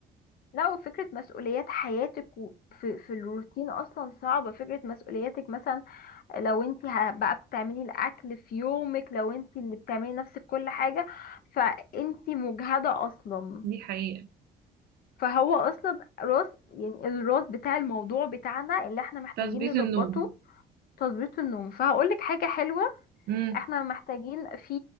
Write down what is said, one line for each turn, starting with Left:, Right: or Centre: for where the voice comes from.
Left: لا وفكرة مسؤوليات حياتك وفي في في الروتين أصلا صعبة فكرة مسؤولياتك مثلا لو انت ه- بقى بتعملي الأكل في يومك لو انت اللي بتعملي نفسك كل حاجة فانت مجهدة أصلا
Right: دي حقيقه
Left: فهو أصلا راس يعني الراس بتاع الموضوع بتاعنا اللي احنا محتاجين
Right: تظبيط
Left: نظبطه
Right: النوم
Left: تظبيط النوم فهقول لك حاجه حلوه
Right: امم
Left: احنا محتاجين في